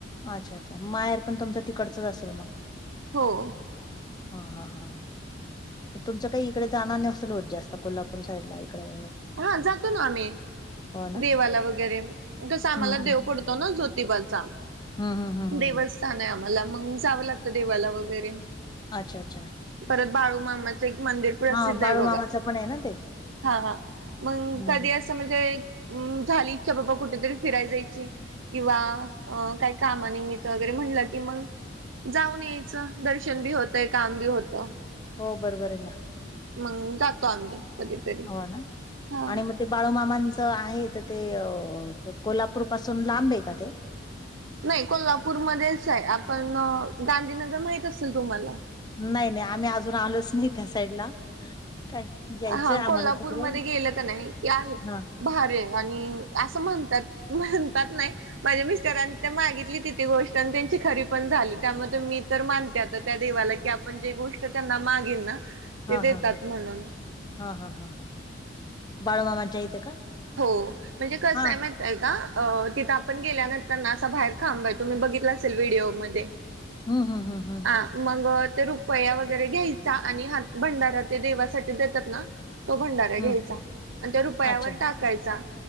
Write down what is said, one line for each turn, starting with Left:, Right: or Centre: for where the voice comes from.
Left: अच्छा अच्छा. माहेर पण तुमचं तिकडच असेल मग?
Right: हो.
Left: हा- हा -हां. तुमचं काही इकडे जाण नसेल होत जास्त.... कोल्हापुर साईडला, इकडे, वगैरे.
Right: हा जातो ना आम्ही.
Left: हो ना?
Right: देवाला वगैरे जसं..... आम्हाला
Left: हं, हं.
Right: देव पडतो ज्योतिबाचा
Left: हं, हं, हं, हं.
Right: दिवस- हा नाही आम्हाला. मग जावं लागत देवाला वगैरे
Left: अच्छा- अच्छा.
Right: परत बाळूमामाचं एक मंदिर प्रसिद्ध
Left: हां, बाळूमामाचं
Right: आहे बघा.
Left: पण आहे ना ते?
Right: हा-हा. मग
Left: हं,
Right: कधी
Left: हं.
Right: असं म्हणजे? झाली इच्छा बाबा कुठेतरी फिरायला जायची किंवा आ काही कामानिमित्त वगैरे म्हटलं की मग- जाऊन यायचं. दर्शन बी होतंय काम बी होतं.
Left: हो. बरोबर ए ना.
Right: मंग -जातो आम्ही. कधीतरी
Left: हो ना?
Right: हा
Left: आणि मग ते- बाळूमामांचं आहे. त ते कोल्हापूर पासून लांब आहे का ते?
Right: नाही कोल्हापूरमध्येच आहे. आपण- गांधीनगर माहीत असेल तुम्हाला?
Left: नाही नाही. आम्ही अजून आलोच नाही त्या साईडला. काय? यायचंय
Right: हा.
Left: आम्हाला
Right: कोल्हापूरमध्ये
Left: तिकडे
Right: गेलं कीं नाही? ते आहे.
Left: हां,
Right: भारी आहे आणि असं म्हणतात. म्हणतात नाही- माझ्या मिस्टरांनी त्या मागितली तिथे गोष्ट आणि त्यांची खरी पण झाली. त्यामुळे मी- तर मानते आता त्या देवाला. की आपण जे गोष्ट त्यांना मागेन ना? ते
Left: हा. हा.
Right: देतात
Left: हा.
Right: म्हणून
Left: हा. हा. हा. बाळूमामान च्या इथे का?
Right: हो. म्हणजे कसं
Left: हां.
Right: आहे? म- तेय का? आ. तिथं आपण गेल्यानंतर ना? असं बाहेर खांब आहे. तुम्ही बघितला असेल व्हिडिओमध्ये.
Left: हम् हम हम.
Right: आ. मग ते रुपया वगैरे घ्यायचा आणि हात भंडारा ते देवासाठी देतात ना? तो भंडारा घ्यायचा
Left: हं.
Right: आणि त्या रुपयावर
Left: अच्छा.
Right: टाकायचा.